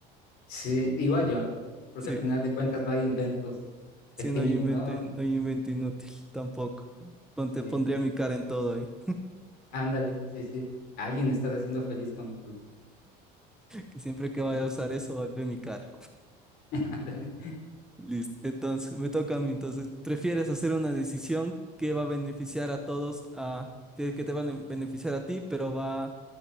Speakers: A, on the left (about 55°); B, in the centre.
A: sí, igual yo, porque
B: Sí,
A: al final de cuentas no hay inventos
B: sí,
A: pequeños,
B: no hay invento,
A: ¿no?
B: no hay invento inútil tampoco. Pon-
A: Sí,
B: Te pondría mi cara en todo ahí.
A: ándale, sí, sí. A Alguien
B: <laughs>
A: estás haciendo feliz con tus...
B: Que siempre que vaya
A: Con tus...
B: a usar eso, va a ver mi cara.
A: <laughs> ándale.
B: Listo. Entonces, me toca a mí. Entonces, ¿prefieres hacer una decisión que va a beneficiar a todos, a, que que te van a beneficiar a ti, pero va,